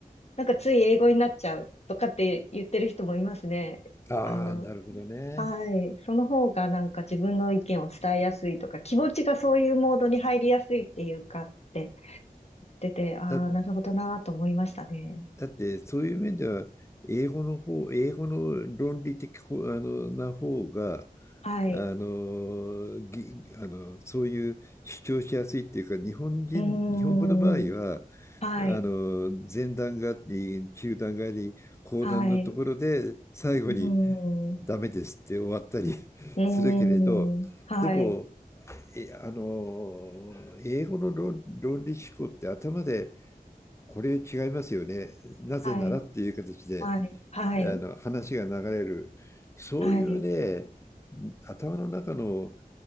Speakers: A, on the left; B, on the left.
A: なんかつい英語になっちゃうとかって言ってる人もいますね。
B: え。ああ、
A: あの、
B: なるほどね。
A: はい。その方がなんか自分の意見を伝えやすいとか、気持ちがそういうモードに入りやすいっていうかって出て、ああ、
B: だっ
A: なるほどなーと思いましたね。
B: だってそういう面では英語の方、英語の論理的ほあのな方が、
A: はい。
B: あのぎあのそういう主張しやすいっていうか、日本人、
A: うーん。
B: 日本語の場合は、
A: はい。
B: あの前段があり、中段があり、後段のところで最後に
A: はい。うーん。う
B: ダメですって終わったり <laughs>
A: ー
B: するけれど、
A: ん。はい。
B: でも、えあの英語の論、論理思考って頭でこれ違いますよね。なぜならっていう形で、
A: はい。はい。はい。
B: あの話が流れる。そういうね、
A: はい。
B: 頭の中の思